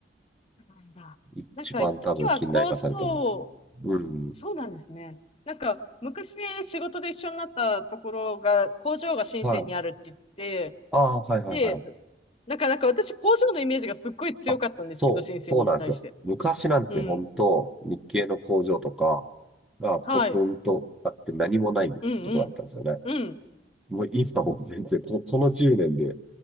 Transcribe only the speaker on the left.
そうなんだ。
なんか、一時は工場
そうなんですね。なんか、昔仕事で一緒になったところが、工場が深センにあるって言って、
で、なんかなんか私、工場のイメージがすっごい強かったんですけど、
深センに対して。
うん。
はい。うんうん。うん。